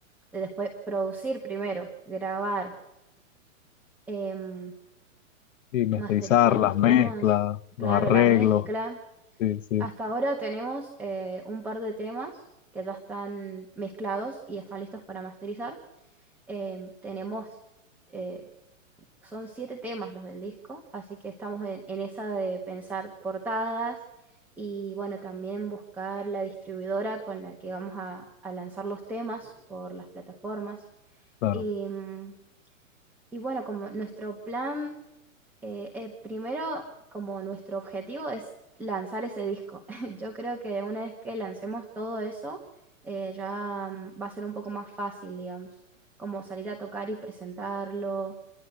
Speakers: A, in the centre; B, on the left.
A: eh, después producir primero, grabar, em,
B: Y masterizar,
A: masterizar
B: las
A: los
B: mezclas,
A: temas,
B: los
A: claro,
B: arreglos.
A: la mezcla.
B: Sí, sí,
A: Hasta ahora tenemos eh, un par de temas que ya están mezclados y están listos para masterizar. Em, tenemos eh, son siete temas los del disco, así que estamos en, en esa de pensar portadas y bueno, también buscar la distribuidora con la que vamos a, a lanzar los temas por las plataformas.
B: claro,
A: Y, mm, y bueno, como nuestro plan, eh, eh, primero como nuestro objetivo es lanzar ese disco. <laughs> Yo creo que una vez que lancemos todo eso, eh, ya mm, va a ser un poco más fácil, digamos, como salir a tocar y presentarlo.